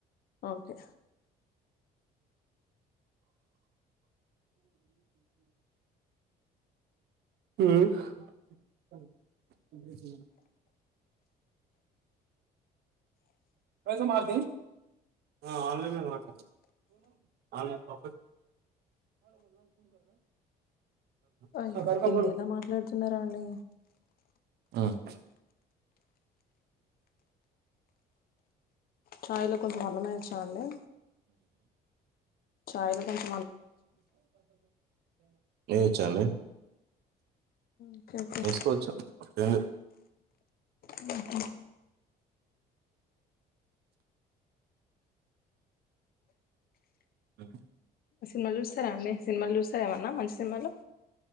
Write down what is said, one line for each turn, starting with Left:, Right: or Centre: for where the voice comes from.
Left: ఓకే
Right: <inaudible> పైసా మళ్తే అ ఆన్లైన్లా కోటు ఆన్లైన్ ఆఫ్
Left: అయ్యో
Right: <unintelligible>
Left: హిందీలో మాట్లాడుతున్నారా అండి
Right: <unintelligible>
Left: చాయ్లా కొంచం అల్లం ఏయోచా అంది చాయ్ లో కొంచ్
Right: ఏయచ్చా అండి
Left: ఓకే ఓకే
Right: వేసుకోచ్చు ఏ
Left: హ్మ్
Right: <unintelligible>
Left: సినిమాలు చూస్తారా అండి. సినిమాలు చూస్తారా ఏమన్నా మంచి సినిమాలు